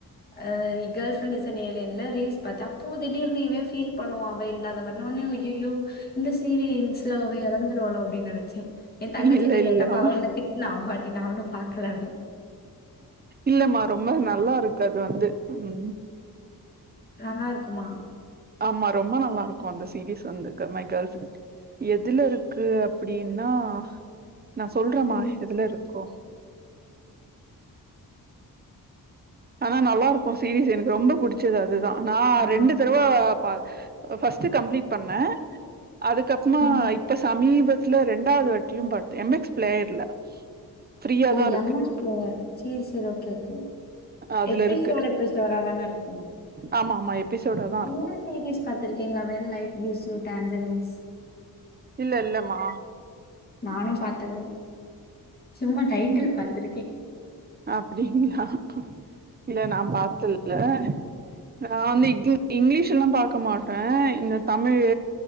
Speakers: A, on the left; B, on the right.
A: ஆ கேள்ஃப்ரண்ட்ஸ் இன் ஏலியன்ல ரீல்ஸ் பாத்த அப்போ திடீர்னு இவ ஃபீல் பண்ணுவா அவ இல்லாத மாரி ஒன்னே ஐய்யய்யோ இந்த சீரியன்ஸ்ல அவ எறந்துருவாளோ அப்டின்னு நெனைச்சே ஏ தங்கச்சீட்ட
B: இல்ல
A: கேட்டப்ப
B: இல்ல ஆமா
A: அவ என்ன திட்னா ஒரு வாட்டி நா ஒண்ணு பாக்கல அப்டின்
B: இல்லமா ரொம்ப நல்லா இருக்கு அது வந்து ம்
A: நல்லா இருக்குமா
B: ஆமா ரொம்ப நல்லா இருக்கு அந்த சீரிஸ் வந்து க மை கேர்ள் ப்ரண் எதுல இருக்கு அப்படின்னா நா சொல்றேமா
A: ம்
B: எதுல இருக்கோ ஆனா நல்லா இருக்கு சீரிஸ் எனக்கு ரொம்ப புடிச்சது அதுதா நா
A: ஆ
B: ரெண்டு தடவ ப்பா பஸ்ட்டு கம்ப்ளீட் பண்ணே அதுக்கப்புறமா
A: ஆ
B: இப்ப சமீபத் துல ரெண்டாவது வாட்டியு பாத்த எம் எக்ஸ் பிளேயர்ல ஃப்ரீயா
A: ஓ
B: தா இருக்கு
A: எம் எக்ஸ் ப்ளேயர் சீரிஸ் எதா கேக்கு
B: அதுல
A: எப்பிசோட்
B: இருக்கு
A: எப்பிசோடா தான இருக்கு
B: ஆமா ஆமா எபிசோட தா இருக்கு
A: இந்த சீரீஸ் பாத்திருக்கீங்களா வென் லைஃப் கியூூஸ் டான்ஜரிஸ்
B: இல்ல இல்லம்மா
A: நானு பாத்தது சும்மா டைட்டில்
B: ம்
A: பாத்திருக்கே
B: அப்டிங்களா இல்ல நா பாத்ததில்ல நா வந்து இங் இங்கிலீஷ்ல்லா பாக்க மாட்டே இந்த தமிழு